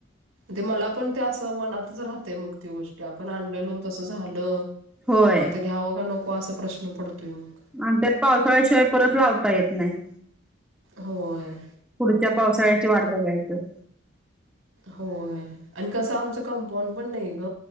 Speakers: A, on the right (about 85°); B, in the centre.
A: ते मला पण ते असं मनातच राहतय मग ती गोष्ट ते आपण आणलेलो तसं झालं
B: होय
A: मग आता घ्यावं का नको असा प्रश्न पडतोय मग
B: आणि त्यात पावसाळ्याशिवाय परत लावता येत नाही
A: होय
B: पुढच्या पावसाळ्याची वाट बघायचं
A: होय आणि कसं आमच कंपाऊंड पण नाही ग